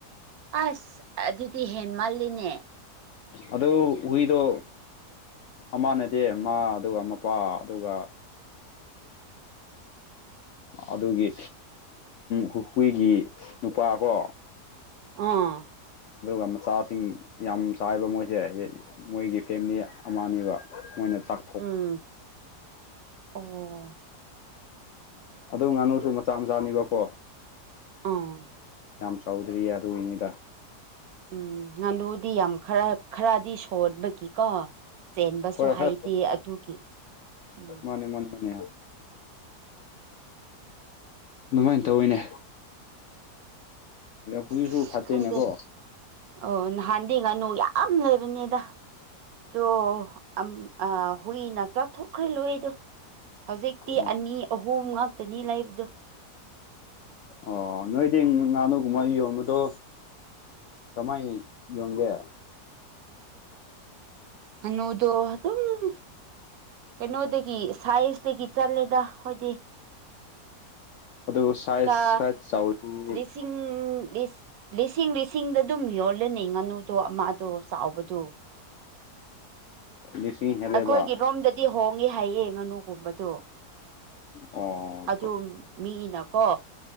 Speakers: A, on the right; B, on the left.
A: ꯑꯁ ꯑꯗꯨꯗꯤ ꯍꯦꯟ ꯃꯥꯜꯂꯤꯅꯦ
B: ꯑꯗꯨꯗ ꯑꯩꯗ ꯑꯃꯥ ꯅꯠꯇꯦ ꯃꯥ ꯑꯗꯨꯒ ꯃꯄꯥ ꯑꯗꯨꯒ ꯑꯗꯨꯒꯤ ꯍꯨꯈꯨꯏꯒꯤ ꯅꯨꯄꯥ ꯀꯣ
A: ꯑꯥ
B: ꯑꯗꯨꯒ ꯃꯆꯥꯁꯤꯡ ꯌꯥꯝ ꯆꯥꯏꯕ ꯃꯣꯏꯁꯦ ꯃꯣꯏꯒꯤ ꯐꯦꯃꯤꯂꯤ ꯑꯃꯅꯤꯕ ꯃꯣꯏꯅ ꯆꯥꯛ
A: ꯎꯝ ꯑꯣ
B: ꯑꯗꯨꯝ ꯉꯥꯅꯨꯁꯨ ꯃꯆꯥ ꯃꯆꯥꯅꯤꯕꯀꯣ
A: ꯑꯥ
B: ꯌꯥꯝ ꯆꯥꯎꯗ꯭ꯔꯤꯌꯦ ꯑꯗꯨꯒꯤꯅꯤꯗ
A: ꯎꯝ ꯉꯥꯅꯨꯗꯤ ꯌꯥꯝ ꯈꯔ ꯈꯔꯗꯤ ꯁꯣꯕꯒꯤꯀꯣ ꯆꯦꯟꯕꯁꯨ
B: ꯍꯣꯏ ꯈꯔ
A: ꯍꯥꯏꯩꯗꯦ ꯑꯗꯨꯒꯤ ꯎꯝ
B: ꯃꯅꯦ ꯃꯅꯦ ꯃꯅꯦ ꯑꯗꯨꯃꯥꯏꯅ ꯇꯧꯋꯤꯅꯦ ꯍꯧꯖꯤꯛꯁꯨ
A: ꯑꯁ
B: ꯐꯠꯇꯦꯅꯦꯀꯣ
A: ꯈꯪꯗꯦ ꯑꯣ ꯅꯍꯥꯟꯗꯤ ꯉꯥꯅꯨ ꯌꯥꯝ ꯂꯩꯕꯅꯤꯗ ꯑꯣ ꯑ ꯍꯨꯏꯅ ꯆꯥꯊꯣꯛꯈ꯭ꯔꯦ ꯂꯣꯏꯗꯣ ꯍꯧꯖꯤꯛꯇꯤ
B: ꯑꯣ
A: ꯑꯅꯤ ꯑꯍꯨꯝꯛ ꯅꯤ ꯂꯥꯏꯕꯣ
B: ꯑꯣ ꯅꯣꯏꯗꯤ ꯉꯥꯅꯨꯒꯨꯝꯕ ꯌꯣꯟꯕꯗꯣ ꯀꯃꯥꯏꯅ ꯌꯣꯟꯒꯦ
A: ꯑꯅꯣꯗꯣ ꯑꯗꯨ ꯑꯗꯨꯝ ꯀꯩꯅꯣꯗꯒꯤ ꯁꯥꯏꯖꯇꯒꯤ ꯆꯠꯂꯦꯗ ꯍꯣꯏꯗꯤ
B: ꯑꯗꯨ ꯁꯥꯏꯖ
A: ꯆ
B: ꯈꯔ ꯆꯥꯎꯔꯗꯤ
A: ꯂꯤꯁꯤꯡ ꯂꯤ ꯂꯤꯁꯤꯡ ꯂꯤꯁꯤꯡꯗ ꯑꯗꯨꯝ ꯌꯣꯜꯂꯅꯤ ꯉꯥꯅꯨꯗꯣ ꯑꯃꯗꯣ ꯆꯥꯎꯕꯗꯣ
B: ꯂꯤꯁꯤꯡ ꯍꯦꯜꯂꯦꯕ
A: ꯑꯩꯈꯣꯏꯒꯤ ꯔꯣꯝꯗꯗꯤ ꯍꯣꯡꯉꯤ ꯍꯥꯏꯌꯦ ꯉꯥꯅꯨꯒꯨꯝꯕꯗꯣ
B: ꯑꯣ
A: ꯑꯗꯨ ꯃꯤꯅꯀꯣ